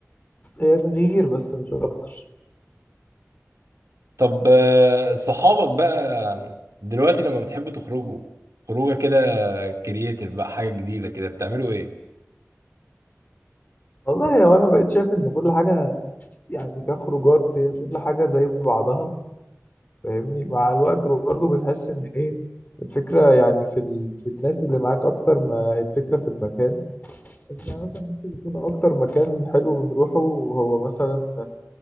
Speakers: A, on the left; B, on the right.
A: هي تغيير بس مش اكتر
B: طب آه، صحابك بقى دلوقتي لما بتحبوا تخرجوا خروجه كده كرييتيف بقى حاجه جديده كده بتعملوا ايه
A: والله هو انا بقيت شايف ان كل حاجه يعني كخروجات هي كل حاجه زي بعضها فاهمني مع الوقت برضه بتحس ان ايه الفكره يعني في ال... في الناس اللي معاك اكتر ما الفكره في المكان يعني مثلا ممكن يكون اكتر مكان حلو بنروحه هو مثلا